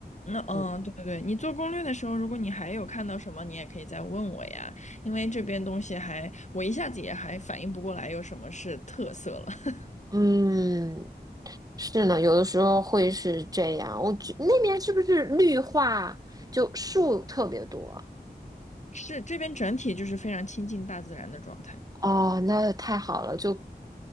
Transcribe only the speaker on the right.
嗯
嗯，是呢，有的时候会是这样。我觉那边是不是绿化就树特别多？
哦，那太好了，就，